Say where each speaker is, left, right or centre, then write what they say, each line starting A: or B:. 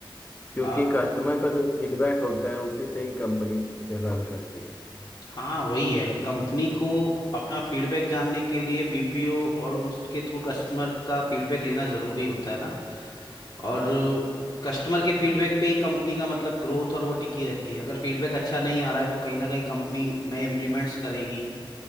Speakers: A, on the left (about 20°); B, on the left (about 60°).
A: क्योंकि
B: आप
A: कस्टमर का जो फीडबैक होता है उसी से ही कंपनी से रन करती है
B: हाँ वही है कंपनी को अपना फीडबैक जानने के लिए बीपीओ और उसके थ्रू कस्टमर का फीडबैक लेना जरूरी होता है ना और कस्टमर के फीडबैक पे ही कंपनी का मतलब ग्रोथ और वो टिकी रहती है अगर फीडबैक अच्छा नहीं आ रहा है तो कहीं ना कहीं कंपनी नए इम्प्लीमेंट्स करेगी